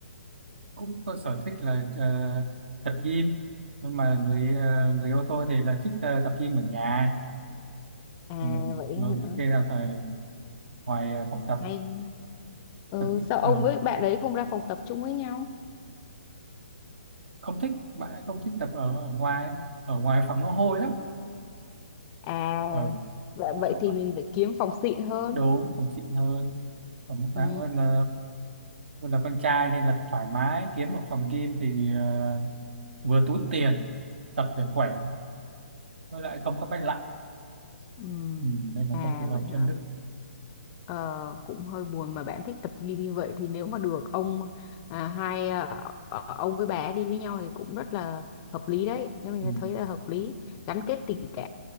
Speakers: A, on the right; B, on the left.
A: cũng có sở thích là ờ, tập gym nhưng mà người ờ, người ô tô thì là thích ờ, tập gym ở nhà
B: À
A: mình
B: vậy
A: mình
B: hả?
A: thích đi ra tại ngoài ờ, phòng tập
B: Hay Ừ,
A: tập gym
B: sao ông
A: Ờ,
B: với bạn đấy không ra phòng tập chung với nhau?
A: không thích bạn ấy không thích tập ở, ở ngoài ở ngoài phòng nó hôi lắm
B: à
A: ở
B: Vậy,
A: cái
B: vậy
A: chỗ
B: thì
A: đó
B: mình phải kiếm phòng xịn hơn.
A: đúng phòng xịn hơn phòng nước khoáng
B: Ừ.
A: hơn là hơn là con trai nên là thoải mái kiếm một phòng gym thì ờ, vừa túi tiền tập để khỏe với lại không có bách lạnh
B: ừ.
A: ừ, nên là
B: À
A: không phù hợp
B: vậy
A: cho
B: hả?
A: nữ
B: Ờ, cũng hơi buồn mà bạn thích tập gym như vậy thì nếu mà được ông à, hai à, ờ, ông với bà đi với nhau thì cũng rất là hợp lý đấy. Nếu mình
A: ừ,
B: thấy là hợp lý, gắn kết tình cảm